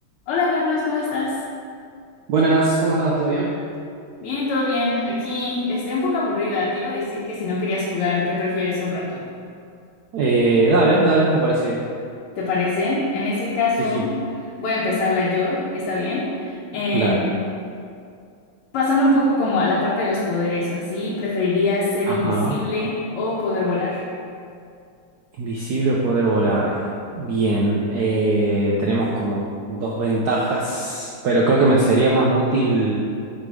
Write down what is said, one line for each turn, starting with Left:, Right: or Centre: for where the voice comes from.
Left: Hola Carlos, ¿cómo estás?
Right: Buenas, ¿cómo estás? ¿Todo bien?
Left: Bien, todo bien. Aquí estoy un poco aburrida. Te iba a decir que si no querías jugar, ¿qué prefieres un rato?
Right: Eh, dale, dale, me parece bien.
Left: ¿Te parece? En ese caso,
Right: Sí, sí.
Left: voy a empezarla yo, ¿está bien? Eh,
Right: Dale.
Left: pasando un poco como a la parte de los poderes o así, ¿preferirías ser
Right: Ajá.
Left: invisible o poder volar?
Right: Invisible o poder volar. Bien. eh, tenemos como dos ventajas, pero creo que me sería más útil